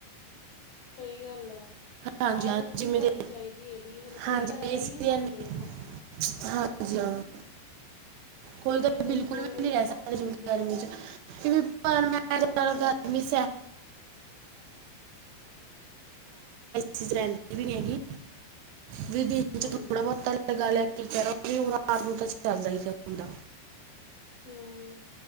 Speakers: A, on the left; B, on the right.
A: ਸਹੀ ਗੱਲ ਆ
B: ਹਾਂਜੀ
A: ਆਦਤ
B: ਹਾਂ
A: ਨਹੀਂੀ
B: ਜਿਵੇਂ
A: ਪੈਣੀ
B: ਦੇ
A: ਚਾਹੀਦੀ ਇਹਦੀ ਹੁਣ ਕਈ
B: ਹਾਂਜੀ
A: ਤਾਂ ਰਹਿ
B: ਏ ਸੀ
A: ਹੀ ਨਹੀਂੀ
B: ਦੇ
A: ਪਾਉਂਦੇ
B: ਇੰਨੀ
A: ਇਹ
B: ਹਾਂਜੀ ਹ ਕੋਈ ਤਾਂ
A: ਫਿਰ ਦੇਖੋ
B: ਬਿਲਕੁਲ ਵੀ
A: ਇਹ
B: ਨੀ ਰਹਿ ਸਕ
A: ਔਖਾ
B: ਗਰਮੀ
A: ਬੰਦੇ
B: ਚ ਪਰ
A: ਨੂੰ
B: ਮੈਂ ਗਰਮੀ <unintelligible>
A: ਹੁਣ
B: <unintelligible> ਚ ਰਹਿੰਦੀ ਵੀ ਨੀ ਹੈਗੀ, ਵੀ ਦਿਨ ਚ
A: ਹਾਂਜੀ
B: ਥੋੜਾ ਬਹੁਤਾ <unintelligible> ਕੀ ਕਰਾ ਵੀਰਵਾਰ ਨੂੰ ਤਾਂ ਚੱਲਦਾ ਹੀ ਚਲਦਾ।
A: ਹਮ,